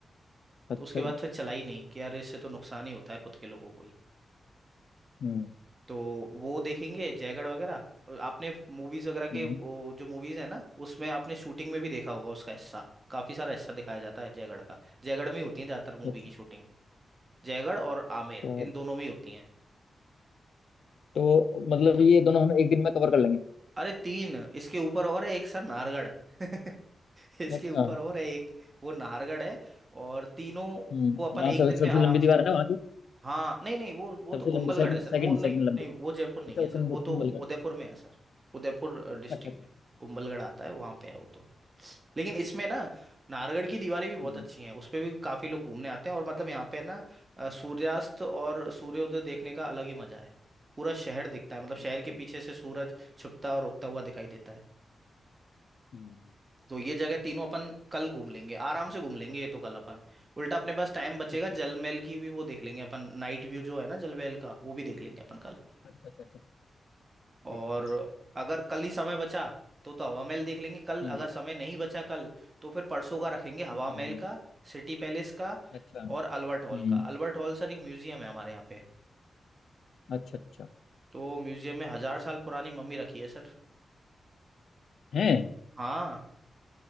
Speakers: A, on the left (about 75°); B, on the right (about 30°).
A: अच्छा
B: तो उसके बाद
A: जी
B: फिर चला ही नहीं कि यार इससे तो नुकसान ही होता है खुद के लोगों को ही
A: हम्म
B: तो वो देखेंगे जयगढ़ वगैरह और आपने मूवीज वगैरह के
A: हम्म
B: वो जो मूवीज है ना उसमें आपने शूटिंग में भी देखा होगा उसका हिस्सा काफी सारा हिस्सा दिखाया जाता है जयगढ़ का जयगढ़ में ही होती है ज्यादातर मूवी
A: अच्छा
B: की शूटिंग जयगढ़ और आमेर
A: तो,
B: इन दोनों में ही होती है
A: तो मतलब ये दोनों हम एक दिन में कवर कर लेंगे
B: अरे तीन इसके ऊपर और है एक सर नाहरगढ़ <laughs> इसके
A: अच्छा
B: ऊपर और है एक वो नाहरगढ़ है और तीनों
A: हम्म
B: को अपन
A: जहाँ
B: एक
A: सब,
B: दिन
A: सबसे
B: में आराम
A: लंबी दीवार
B: से
A: है ना वहाँ की
B: हाँ नहीं नहीं वो वो
A: सबसे
B: तो कुंभलगढ़
A: लंबी सेकंड
B: है सर
A: सेकंड
B: वो नहीं
A: सेकंड लंबी
B: नहीं वो जयपुर नहीं
A: अच्छा
B: है
A: वो
B: सर
A: कुंभ
B: वो तो
A: कुंभल
B: उदयपुर
A: का
B: में है सर उदयपुर डिस्ट्रिक्ट
A: अच्छा अच्छा
B: में कुंभलगढ़ आता है वहां पे है वो तो लेकिन
A: अच्छा
B: इसमें ना नाहरगढ़ की दीवारें भी बहुत
A: हम्म
B: अच्छी हैं उस पे भी काफी लोग घूमने आते हैं और मतलब यहाँ पे ना अ, सूर्यास्त और सूर्योदय देखने का अलग ही मजा है पूरा शहर दिखता है मतलब
A: अच्छा
B: शहर के पीछे से सूरज छुपता और उगता हुआ दिखाई देता है
A: हम्म
B: तो ये जगह तीनों अपन कल घूम लेंगे आराम से घूम लेंगे ये तो कल अपन उल्टा अपने पास टाइम बचेगा
A: अच्छा
B: जल महल की भी वो देख लेंगे अपन नाइट व्यू जो है ना जल महल का वो भी देख लेंगे अपन कल
A: अच्छा अच्छा अच्छा
B: और
A: ठीक ठीक
B: अगर कल ही समय बचा तो तो हवा महल देख लेंगे कल
A: हम्म
B: अगर समय नहीं बचा कल तो फिर परसों का रखेंगे हवा
A: हम्म हम्म,
B: महल
A: हम्म,
B: का सिटी पैलेस का
A: अच्छा हम्म
B: और अल्बर्ट हॉल का अल्बर्ट हॉल सर एक म्यूजियम है हमारे यहाँ पे
A: अच्छा अच्छा
B: तो म्यूजियम में हजार साल पुरानी मम्मी रखी है सर
A: है
B: हाँ